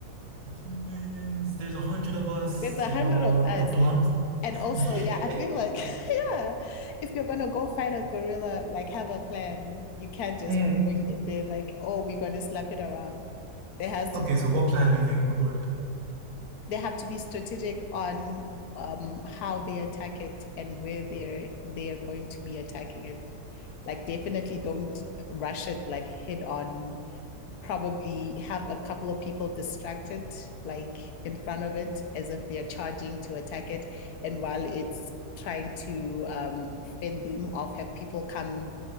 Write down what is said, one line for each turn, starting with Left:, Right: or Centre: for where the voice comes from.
Right: humans, there's a hundred of us,
Left: There's a
Right: you
Left: hundred
Right: know,
Left: of us.
Right: the blunt.
Left: And also,
Right: <laughs>
Left: yeah, I feel like, <laughs> yeah, if you're gonna go fight a gorilla, like have a plan. You can't just
Right: Mm.
Left: go in there like, oh, we're gonna slap it around. There has
Right: Okay,
Left: to
Right: so what plan do you think would work?
Left: they have to be strategic on um, how they attack it and where they're they are going to be attacking it. Like definitely don't rush it like head on. Probably have a couple of people distracted, like in front of it, as if they are charging to attack it. And while it's trying to um, fend them off, have people come